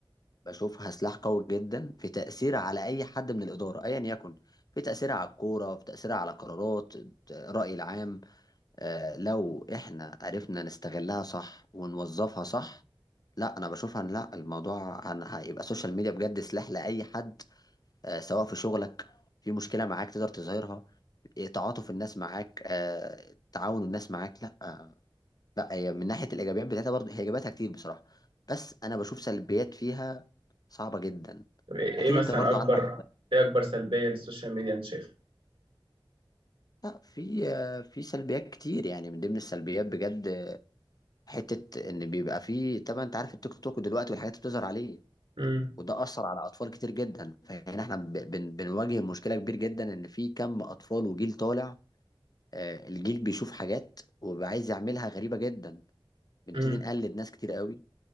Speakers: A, on the left (about 45°); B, on the right (about 70°).
A: بشوفها سلاح قوي جدا في تاثيرها على اي حد من الاداره ايا يكن في تاثيرها على الكوره في تاثيرها على قرارات الراي العام آه، لو احنا عرفنا نستغلها صح ونوظفها صح لا انا بشوفها إن لا الموضوع هن- هيبقى السوشيال ميديا بجد سلاح لاي حد آه، سواء في شغلك في مشكلة معاك تقدر تظهرها آه، تعاطف الناس معاك آه، تعاون الناس معاك لا آه، لا هي من ناحية الإيجابيات بتاعتها برضه هي إيجابياتها كتير بصراحة بس أنا بشوف سلبيات فيها صعبة جدا
B: طب ايه إيه
A: أكيد
B: مثلا
A: أنت برضه
B: اكبر
A: عندك
B: ايه اكبر سلبيه للسوشيال ميديا انت شايفها؟
A: لا في آه، في سلبيات كتير يعني من ضمن السلبيات بجد حتة إن بيبقى في طبعا أنت عارف التيك توك دلوقتي والحاجات اللي بتظهر عليه
B: امم
A: وده أثر على أطفال كتير جدا فهنا إحنا ب- بن- بنواجه مشكلة كبير جدا إن في كم أطفال وجيل طالع آه، الجيل بيشوف حاجات وبيبقى عايز يعملها غريبة جدا بنبتدي
B: امم
A: نقلد ناس كتير قوي